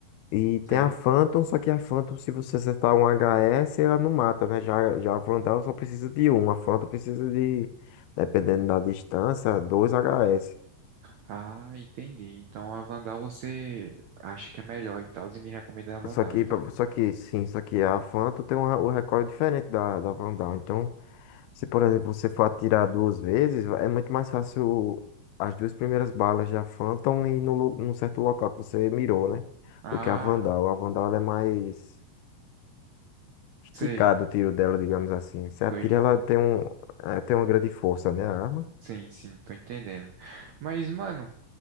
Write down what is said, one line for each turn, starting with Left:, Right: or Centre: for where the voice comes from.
Left: E tem
Right: Sei.
Left: a Phantom, só que a Phantom, se você acertar um HS, ela não mata, né? Já, já a Vandal só precisa de um. A Phantom precisa de, dependendo da distância, dois HS.
Right: Ah, entendi. Então a Vandal você acha que é melhor e tal, e me recomenda a Vandal,
Left: Só que,
Right: então.
Left: pra- só que, sim, só que a Fanta tem um, o recorde diferente da, da Vandal. Então, se por exemplo você for atirar duas vezes, é muito mais fácil as duas primeiras balas da Fanta ir no, lu- num certo local que você mirou, né?
Right: Ah,
Left: Do que a Vandal. A Vandal ela é mais esticado
Right: sei.
Left: o tiro dela, digamos assim. Você atira,
Right: Tô, en-
Left: ela tem um, eh, tem uma grande força, né? A arma.
Right: sim, sim, tô entendendo. Mas, mano,